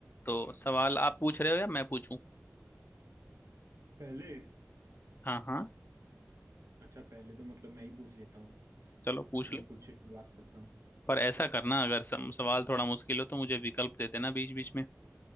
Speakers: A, on the left (about 45°); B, on the right (about 80°).
A: तो सवाल आप पूछ रहे हो या मैं पूछूं
B: पहले
A: हाँ हाँ
B: अच्छा पहले तो मतलब मैं ही पूछ लेता हूँ
A: चलो पूछ
B: अपने
A: लो
B: खुद से शुरुआत करता हूँ
A: पर ऐसा करना अगर सम सवाल थोड़ा मुश्किल हो तो मुझे विकल्प दे देना बीच बीच में